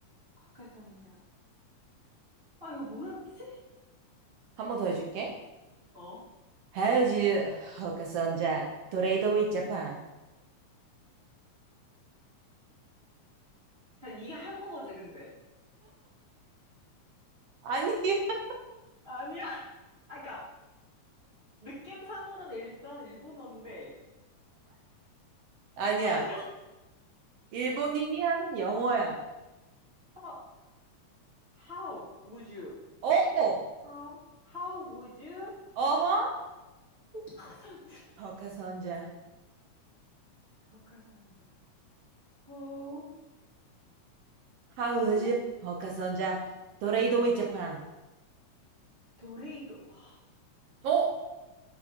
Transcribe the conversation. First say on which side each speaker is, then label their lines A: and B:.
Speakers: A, on the right; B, on the right.
A: 헛카선자 아, 이거 뭐였지?
B: 한 번 더 해줄게.
A: 어?
B: How would you, 호카손자, 도레이도 위자팡.
A: 아, 이게 한국어지, 근데.
B: 아니야, <laughs>
A: 아니야? 아, 그니까, 느낌상으로는 일단 일본어인데.
B: 아니야.
A: 아니
B: 일본인이 하는 영어야.
A: 어, How would you?
B: 어,
A: How? How would you?
B: 어허.
A: 호카선자.
B: 호카선자
A: 헛카선자 호,
B: How
A: 호,
B: you? 호카선자 도레이도 p 자 n
A: 도레이도. 와,
B: 어?